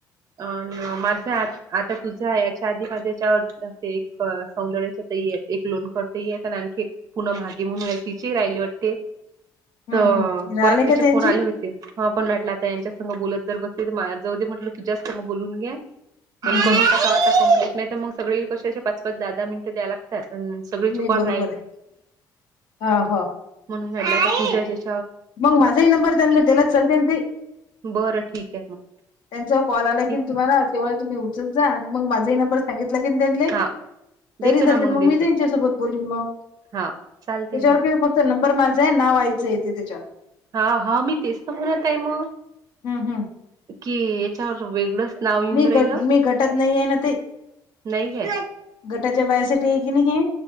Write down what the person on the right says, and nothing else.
अ माझं आ- आता तुझा याच्या आधी माझ्यावर एक सौंदर्याचे ताई ए एक लोन करते आणखी एक पुनम महागे म्हणून आय तिचे ही राहिले वाटते.
त
परत
तिचे
फोन आले हो हा पण भेटलं आता यांच्या संग बोलत जर बसली तर माय जाऊदे म्हटलं तुझ्याच संग बोलून घे.
आणि करून
टका आता कम्प्लीट नाय त मग सगळे कसे असे पाच पाच दहा दहा मिनट द्या लागत्यात. सगळी
छुपा
<inaudible>
म्हणून मेसेज
बरं ठीक ए मग.
ठीक
आहे
हा
देतो
ना
देतो
हा चालते
ना
हा हा मी तेच तर म्हणत हाय म
की याच्यावर वेगळंच नाव येऊन
राहिलं.
नाही काय